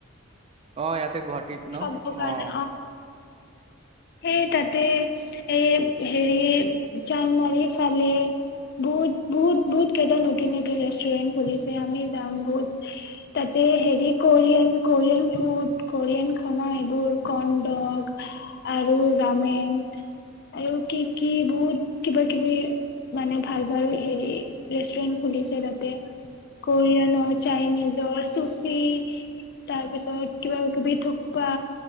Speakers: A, on the right; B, on the left.
A: অ' এয়াত গুৱাহাটীত ন?
B: খাবৰ কাৰণে
A: অ',
B: সেই তাতে এই হেৰি জানমাৰি ফালে বহুত, বহুত, বহুত কেইটা নতুন নতুন ৰেষ্টুৰেন্ট খুলিছে আমি যাম বহুত তাতে হেৰি কোৰিয়ান কোৰিয়ান ফুড কোৰিয়ান খানা এইবোৰ কৰ্ণ্ডক আৰু ৰামেন আৰু কি কি বহুত কিবা কিবি মানে ভাল ভাল হেৰি ৰেষ্টুৰেন্ট খুলিছে। তে কৰিয়ান <unintelligible> চাইনিজৰ চুচি, তাৰপিছত কিবা কিবি থুপা